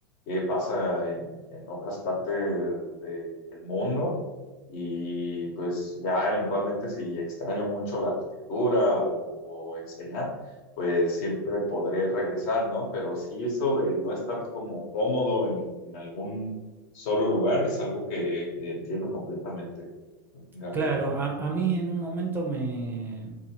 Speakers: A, on the left; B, on the right.
A: qué pasa en, en otras partes de- del mundo. Y pues ya eventualmente si extraño mucho la arquitectura o, o enseñar, pues siempre podré regresar, ¿no? Pero sí eso de no estar como cómodo en, en algún solo lugar es algo que que entiendo completamente, Gabriel.
B: Claro, a, a mí en un momento me,